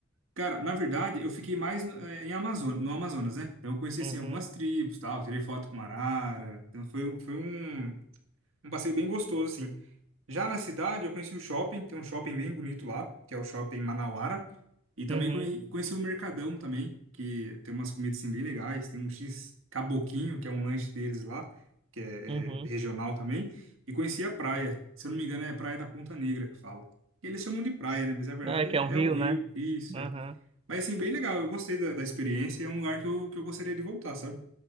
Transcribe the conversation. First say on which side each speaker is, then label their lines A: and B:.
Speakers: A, on the right; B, on the right.
A: cara, na verdade, eu fiquei mais no, eh, em Amazonas, no Amazonas, né? Então eu conheci,
B: Uhum,
A: assim, algumas tribos, tal, tirei foto com arara, então foi, um- foi um... um passeio bem gostoso, assim. Já na cidade, eu conheci o shopping, tem um shopping bem bonito lá, que é o Shopping Manauara. E também
B: uhum,
A: conhe- conheci o Mercadão também, que tem umas comidas assim, bem legais. Tem um X Caboquinho, que é um lanche deles lá, que é,
B: uhum.
A: é regional também. E conheci a praia, se eu não me engano é Praia da Ponta Negra que fala. E eles chamam de praia, né? Mas na verdade
B: É, que
A: é,
B: é um rio,
A: é o rio,
B: né?
A: isso.
B: Aham.
A: é. Mas assim, bem legal, eu gostei da, da experiência é um lugar que eu, que eu gostaria de voltar, sabe?